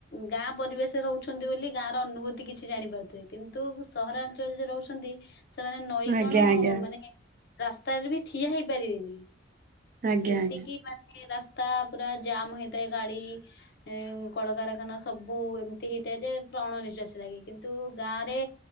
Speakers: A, on the left (about 55°); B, on the right (about 45°).
A: ଗାଁ ପରିବେଶରେ ରହୁ ଅଛନ୍ତି ବୋଲି ଗାଁ ର ଅନୁଭୂତି କିଛି ଜାଣିପାରୁଥିବେ। କିନ୍ତୁ ସହରାଞ୍ଚଳରେ ରହୁଛନ୍ତି ସେମାନେ ନଈ
B: ଆଜ୍ଞା
A: କଣ
B: ଆଜ୍ଞା
A: ମାନେ ରାସ୍ତାରେ ବି ଠିଆ ହେଇପାରିବେନି।
B: ଆଜ୍ଞା
A: ଏତିକି
B: ଆଜ୍ଞା।
A: ମାନେ ରାସ୍ତା ପୁରା ଜାମ ହେଇଥାଏ ଗାଡି ଏ କଳକାରଖାନା ସବୁ ଏମିତି ହେଇଥାଏ ଯେ ପ୍ରାଣ ନିଶ୍ଵାସୀ ଲାଗେ। କିନ୍ତୁ ଗାଁରେ